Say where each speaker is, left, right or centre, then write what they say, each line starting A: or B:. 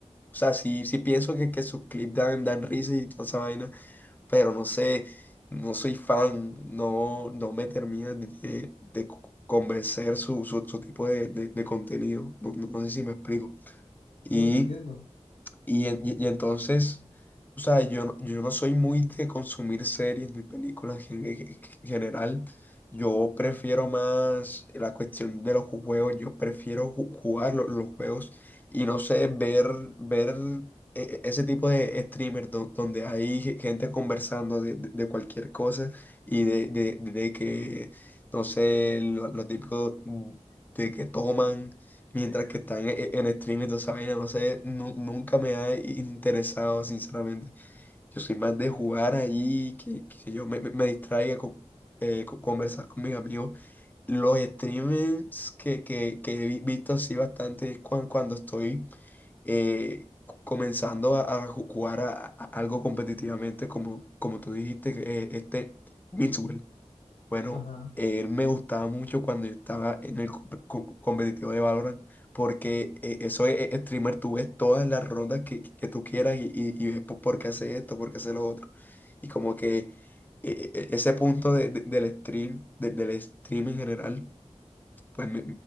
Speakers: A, on the left; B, on the left.
A: sea, sí, sí pienso que, que sus clips dan, dan risa y toda esa vaina, pero no sé, no soy fan, no, no me termina de, de co- convencer su, su, su tipo de, de- de contenido, no, no sé si me explico. Y
B: No sé, entiendo.
A: y, en- y- y entonces, o sea, yo, no- yo no soy muy de consumir series ni películas en, en- en general. Yo prefiero más la cuestión de los juegos. Yo prefiero ju- jugar lo- los, juegos y no sé, ver, ver e- e, ese tipo de streamers do- donde hay ge- gente conversando de, de- de cualquier cosa y de, de- de que, no sé, lo, lo típico de que toman. Mientras que están e- e, en, stream y toda esa vaina, no sé, nu- nunca me ha interesado, sinceramente. Yo soy más de jugar allí, que, que yo me, me- me distraiga con, eh, con- conversar con mis amigos. Los streamers que, que, que he vi- visto así bastante es cuan- cuando estoy eh, c- comenzando a, a ju- jugar a, a- algo competitivamente, como, como tú dijiste, eh, este Mitsuel. Bueno,
B: Ajá.
A: él me gustaba mucho cuando yo estaba en el com- co- competitivo de Valorant, porque eh, eso es es streamer, tú ves todas las rondas que, que tú quieras y, y, y ves po- por qué hace esto, por qué hace lo otro. Y como que eh, eh, ese punto de- de- del stream, de- del stream en general pues me,